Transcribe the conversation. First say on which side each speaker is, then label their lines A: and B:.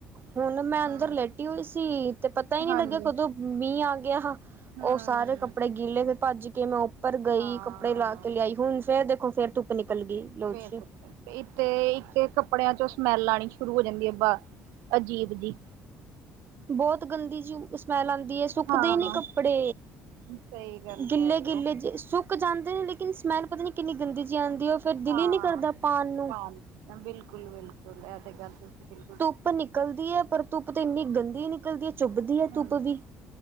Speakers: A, on the right; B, on the right.
A: ਹੁਣ ਮੈਂ ਅੰਦਰ
B: ਹੂੰ
A: ਲੈਟੀ ਹੋਈ ਸੀ ਤੇ ਪਤਾ ਹੀ ਨਹੀਂ
B: ਹਾਂਜੀ
A: ਲੱਗਿਆ ਕਦੋਂ ਮੀਂਹ ਆ ਗਿਆ
B: ਹੂੰ
A: ਉਹ ਸਾਰੇ ਕੱਪੜੇ ਗਿੱਲੇ ਫਿਰ ਭੱਜ ਕੇ ਮੈਂ ਉੱਪਰ ਗਈ
B: ਹਾਂ
A: ਕੱਪੜੇ ਲਾ ਕੇ ਲਿਆਈ ਹੁਣ ਫੇਰ ਦੇਖੋ ਫੇਰ ਧੁੱਪ ਨਿਕਲ ਗਈ ਲੋ
B: ਫਰ
A: ਜੀ
B: ਤੇ ਇਥੇ ਇਥੇ ਕੱਪੜਿਆਂ ਚੋਂ ਸਮੈਲ ਆਉਣੀ ਸ਼ੁਰੂ ਹੋ ਜਾਂਦੀ ਹੈ ਬਾਹਰ ਅਜੀਬ ਜੀ
A: ਬਹੁਤ ਗੰਦੀ ਜੀ ਸਮੈਲ ਆਉਂਦੀ ਹੈ ਸੁੱਕਦੇ
B: ਹਾਂ
A: ਨੀ ਕੱਪੜੇ
B: ਸਹੀ ਗੱਲ
A: ਗਿੱਲੇ
B: ਕਹਿ ਰਹੇ
A: ਗਿੱਲੇ
B: ਹੋ
A: ਜੇ ਸੁੱਕ ਜਾਂਦੇ ਨੇ ਲੇਕਿਨ ਸਮੈਲ ਪਤਾ ਨੀ ਕਿੰਨੀ ਗੰਦੀ ਜੀ ਆਉਂਦੀ ਉਹ ਫੇਰ
B: ਹਾਂ
A: ਦਿਲ ਹੀ ਨੀ ਕਰਦਾ ਪਾਉਣ ਨੂੰ
B: ਹਾਂ, ਬਿਲਕੁਲ ਬਿਲਕੁਲ ਐ ਤੇ ਗੱਲ ਤੁਸੀਂ ਬਿਲੁਲ
A: ਧੁੱਪ ਨਿਕਲਦੀ ਹੈ ਪਰ ਧੁੱਪ ਤੇ ਇੰਨੀ ਗੰਦੀ ਨਿਕਲਦੀ ਹੈ ਚੁੱਭਦੀ ਹੈ
B: ਹੂੰ,
A: ਧੁੱਪ ਵੀ